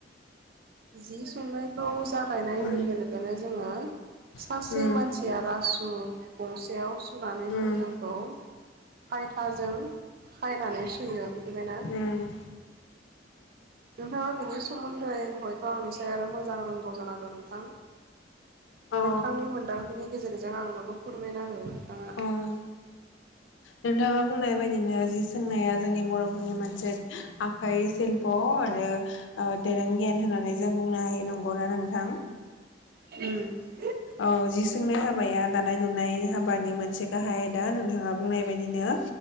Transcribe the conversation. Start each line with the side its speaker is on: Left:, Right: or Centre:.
Right: जि संनायखौ ज फायनाय
Left: उम
Right: लोगो लोगोनो जोङो सासे
Left: उम
Right: मानसि रासु गंसेयाव सुनानै
Left: उम
Right: खुन्दुंखौ खायथाजों खायनानै सुयो मिथिबायना
Left: ओम
Right: नोंथाङा बिनि सोमोन्दै हयथ' आंनिसाय आरो मोजां रोंगौ जानांगौ नोंथां
Left: औ
Right: नोंथांनि मोनदांथिनि गेजेरजों आंनोबो फोरमायना हो नोंथाङा
Left: ओम नोंथाङा बुंनाय बायदिनो जि सोंनाया जोंनि बर'फोरनि मोनसे आखाइ सिल्प' आरो दोरों गियान होननानै जों बुंनो हायो नोंगौना नोंथां
Right: उम
Left: औ जि सोंनाय हाबाया दानाय लुनाय हाबानि मोनसे गाहाय दा नोंथाङा बुंनाय बायदिनो